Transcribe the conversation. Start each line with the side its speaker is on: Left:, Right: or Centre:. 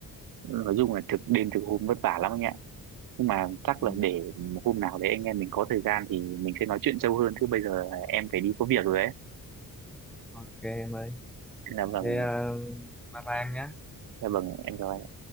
Right: nói chung là thực đêm thực hôm vất vả lắm anh ạ nhưng mà chắc
Centre: ừ.
Right: là để hôm nào đấy anh em mình có thời gian thì mình sẽ nói chuyện sâu hơn chứ bây giờ em phải đi có việc rồi ấy
Centre: ok em ơi
Right: dạ vâng
Centre: thế ờ, bye bye em nhé
Right: dạ vâng em chào anh